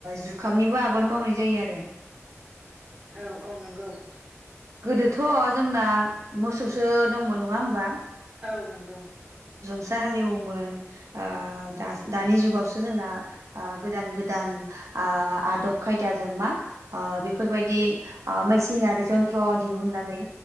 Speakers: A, on the right; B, on the right.
A: जुखामनिबो आबाद मावनाय जायो आरो ।
B: औ औ नंगौ ।
A: गोदोथ' जोंना मोसौसो दंमोन नङा होमबा?
B: औ नोंगौ
A: सो हलौयोमोन ओ-दा दानि जुगावसो जोंना ओ गोदान गोदान ओ आदब खायदाजों मा ओ बेफोर बायदि ओ मेसिनारि जन्थ्र दिहुननानै